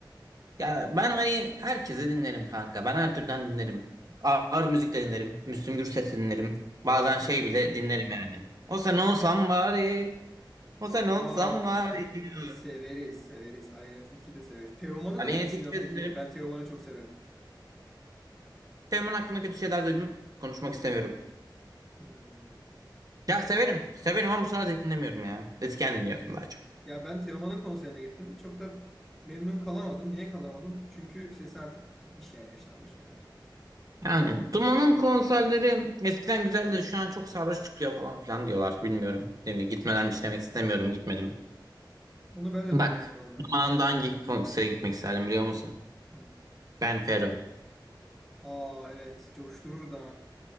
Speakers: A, on the right; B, in the centre.
A: Ya ben hani herkese dinlerim kanka. Ben her türden dinlerim. Ağır müzik de dinlerim. Müslüm Gürses dinlerim. Bazen şey
B: Hı hı.
A: bile dinlerim yani. O sen olsam bari. Hosen olsam
B: Aa,
A: var ya.
B: severiz severiz. Aleyna Tilki'yi de severiz. Teoman'ı
A: Aleyhine
B: nasıl düşünüyorsun
A: Tilki'yi
B: peki?
A: dinlerim.
B: Ben Teoman'ı çok severim.
A: Teoman hakkında kötü şeyler duydum. Konuşmak istemiyorum.
B: Hmm.
A: Ya severim. Severim ama bu sıralar dinlemiyorum ya. Eskiden dinliyordum daha çok.
B: Ya ben Teoman'ın konserine gittim. Çok da memnun kalamadım. Niye kalamadım? Çünkü sesi artık gitmiş yani yaşlanmış birazcık.
A: Yani Duman'ın konserleri eskiden güzeldi. Şu an çok sarhoş çıkıyor falan filan diyorlar. Bilmiyorum. Şimdi gitmelermiş demek istemiyorum. Gitmedim.
B: Onu ben de
A: Bak.
B: duydum bu arada.
A: Zamanında hangi konsere gitmek isterdim biliyor musun?
B: Hı.
A: Ben Fero.
B: Aa evet coşturur da.